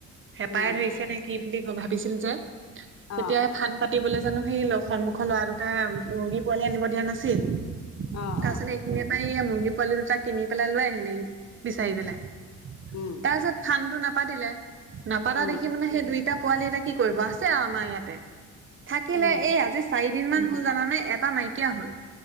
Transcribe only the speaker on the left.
উম
অ',
অ', অ',
উম।
উম,
উম,